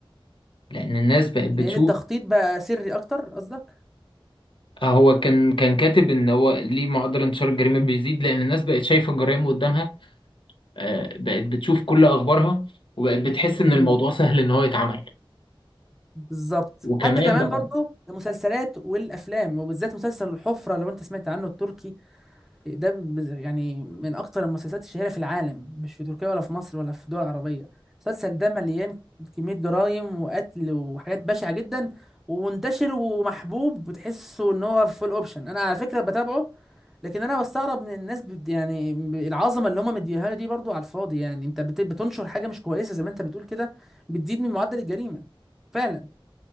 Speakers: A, on the left; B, in the centre.
A: لان الناس بقت
B: لان
A: بتشوف
B: التخطيط بقى سري اكتر قصدك
A: آه، هو كان كان كاتب ان هو ليه معدل انتشار الجريمة بيزيد لان الناس بقت شايفة الجرائم قدامها آه، بقت بتشوف كل اخبارها وبقت بتحس ان
B: امم
A: الموضوع سهل ان هو يتعمل
B: بالظبط
A: وكمان
B: حتى كمان
A: بقى
B: برضو المسلسلات والافلام وبالذات مسلسل الحفره لو انت سمعت عنه التركي ده ب- يعني من اكتر المسلسلات الشهيره في العالم مش في تركيا ولا في مصر ولا في دول عربيه المسلسل ده مليان كميه جرائم وقتل وحاجات بشعه جدا ومنتشر ومحبوب بتحسه ان هو فول اوبشن انا على فكره بتابعه لكن انا بستغرب من الناس بت- يعني ب- العظمه اللي هم مديها له دي برضو على الفاضي يعني انت بت- بتنشر حاجه مش كويسه زي ما انت بتقول كده بتزيد من معدل الجريمه فعلا